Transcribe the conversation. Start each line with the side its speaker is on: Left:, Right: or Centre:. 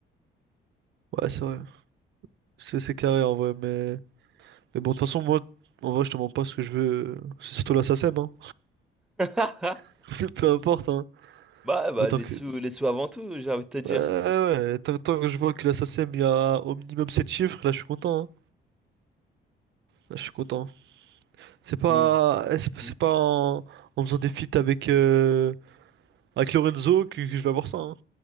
Right: Ouais, c'est vrai. C'est c'est carré en vrai, mais. Mais bon, de toute façon, moi, en vrai, je te demande pas ce que je veux. C'est surtout la SACEM, hein.
Centre: Ah,
Right: <laughs> Peu importe, hein.
Centre: bah, bah,
Right: Autant
Centre: les
Right: que.
Centre: sous, les sous avant tout, j'ai envie de te dire.
Right: Euh, ouais, ouais, tant, tant que je vois que la SACEM, il y a au minimum 7 chiffres, là, je suis content, hein. Là, je suis content. C'est pas.
Centre: Mais...
Right: eh, C'est c'est
Centre: Hmm.
Right: pas en... en faisant des feats avec. euh, Avec Lorenzo que, que je vais avoir ça, hein.